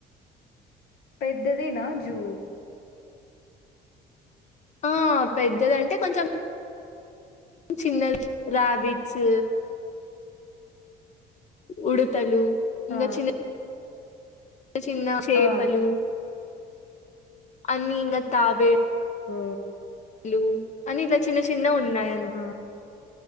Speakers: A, on the left; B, on the left.
A: పెద్దదేనా జూ
B: ఆ పెద్దదంటే కొంచెం చిన్నది రాబిట్స్ ఉడతలు ఇంగొ
A: ఆ
B: చిన్న చిన్న చేపలు
A: ఆ
B: అన్ని ఇంకా తాబే
A: ఉ
B: లు అన్ని ఇట్ల చిన్న చిన్న ఉన్నాయి అంత్
A: ఆ